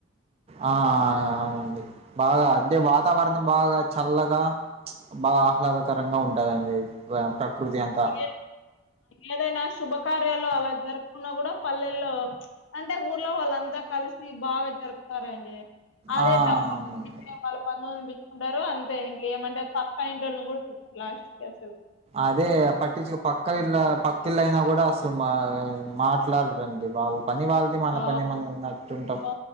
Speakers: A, on the right (about 30°); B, on the left (about 70°).
A: ఆ అవునండి బాగా అదే వాతావరణం బాగా చల్లగా బాగా ఆహ్లాదకరంగా ఉంటదండి ప్రకృతి అంతా
B: ఏ ఏదైనా శుభకార్యాలు అలా జరుపుకున్నా కూడా పల్లెల్లో అంటే ఊర్లో వాళ్ళంతా కలిసి బాగా జరుపుతారండి అదే
A: ఆ
B: టౌన్
A: అవునండి
B: ను వాళ్ళ పనోళ్ళు పెట్టుకుంటారు అంతే ఇంకేమంటే పక్క ఇంటిని కూడారు లాస్ట్ క అసలు
A: అదే పట్టించు పక్క ఇళ్ళ పకి ఇళ్ళ అయినా కూడా అసలు మా మాట్ మాట్లాడ రండి వాళ్ళు పని వాళ్ళు ది మన
B: ఆ
A: పని మనదనట్టుంటాం
B: ఆ,